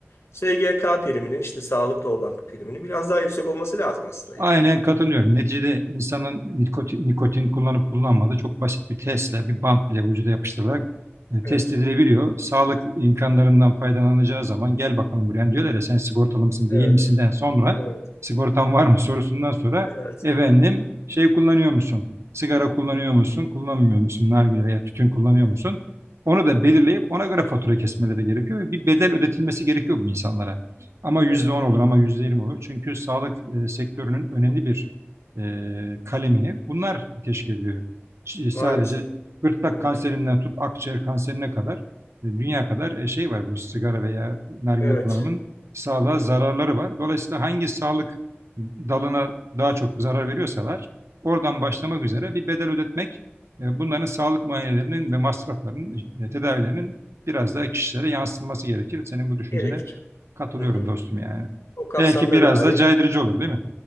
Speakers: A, on the left; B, on the right.
A: SGK priminin işte sağlıklı olan priminin biraz daha yüksek olması lazım aslında
B: Aynen
A: yani.
B: katılıyorum. Neticede insanın nikotin, nikotin kullanıp kullanmadığı çok basit bir testle, bir bant bile vücuda yapıştırılarak e,
A: Evet,
B: test edilebiliyor. Sağlık imkanlarından faydalanacağı zaman gel bakalım buraya. Yani diyorlar ya sen sigortalı mısın
A: evet,
B: değil misinden sonra
A: evet,
B: sigortan var mı <laughs> sorusundan sonra
A: evet,
B: efendim şey kullanıyor musun? Sigara kullanıyor musun? Kullanmıyor musun? Nargile veya tütün kullanıyor musun? Onu da belirleyip ona göre fatura kesmeleri gerekiyor ve bir bedel ödetilmesi gerekiyor bu insanlara. Ama yüzde
A: evet.
B: on olur ama %20 olur. Çünkü sağlık e, sektörünün önemli bir e, kalemini bunlar teşkil ediyor. Ç- e, Sadece
A: Maalesef.
B: gırtlak
A: Evet,
B: kanserinden tut akciğer kanserine kadar e, dünya kadar e, şey var bu sigara veya nargile
A: evet.
B: kullanımının sağlığa zararları var. Dolayısıyla hangi sağlık dalına daha çok zarar veriyorsalar oradan başlamak üzere bir bedel ödetmek e, bunların sağlık muayenelerinin ve masraflarının e, tedavilerinin biraz daha kişilere yansıtılması gerekir. Senin bu düşüncene
A: Gerekir.
B: Katılıyorum
A: Hı hı.
B: dostum yani.
A: O kapsamda
B: Belki biraz
A: da abi
B: da caydırıcı olur değil mi?